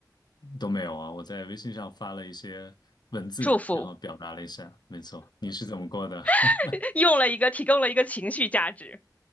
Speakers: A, on the left; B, on the left.
A: 都没有啊。我在微信上发了一些文字，
B: 祝福，
A: 然后表达了一下。没错，你是怎么过的？
B: <laughs>
A: <laughs>
B: 用了一个提供了一个情绪价值。